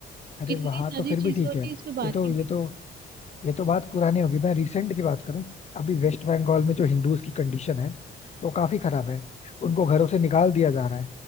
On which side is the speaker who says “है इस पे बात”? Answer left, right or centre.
Right